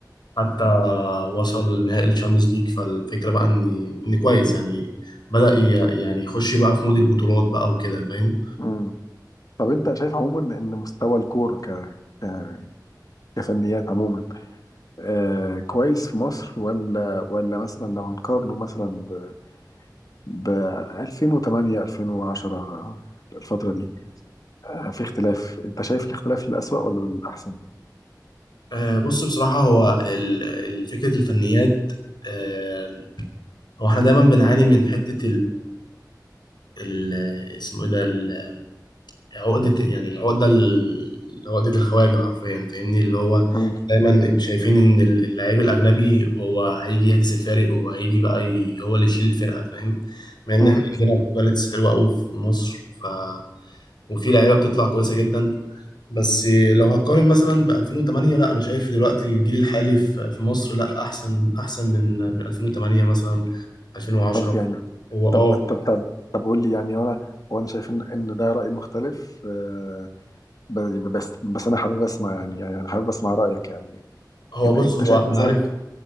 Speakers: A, on the left; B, on the left.
A: حتى وصل نهائي الشامبيونز ليج فالفكره بقى ان ان كويس يعني بدأ ي- يعني يخش بقى في مود البطولات بقى وكده فاهم
B: امم طب انت شايف عموما ان مستوى الكورة ك... ك... كفنيات عموما آه كويس في مصر ولا ولا مثلا لو هنقارنه مثلا ب... ب 2008 2010 الفترة دي آه في اختلاف انت شايف الاختلاف للأسوأ ولا للأحسن؟
A: آه، بص بصراحه هو ال- ال- فكره الفنيات آه، هو احنا دايما بنعاني من حتة ال- اسمه ايه ده ال- عقدة يعني العقدة ال- عقدة الخواجة حرفيا فاهمني اللي هو
B: امم
A: دايما شايفين ان ال- اللاعب الاجنبي هو هيجي يحدث الفارق وهيجي بقى ي... هو اللي يشيل الفرقة فاهم مع ان
B: امم
A: احنا عندنا كواليتيز حلوة قوي في مصر ف وفي لعيبة بتطلع كويسة جدا بس لو هقارن مثلا ب 2008 لا انا شايف دلوقتي الجيل الحالي في في مصر لا احسن احسن من من 2008 مثلا 2010
B: طب يعني
A: هو اه
B: طب طب طب طب قول لي يعني انا هو انا شايف ان ان ده رأي مختلف آه، ب- بس بس انا حابب اسمع يعني يعني انا حابب اسمع رأيك يعني
A: هو
B: إن-
A: بص
B: انت
A: هو
B: شايف
A: انا
B: مثلا
A: عارف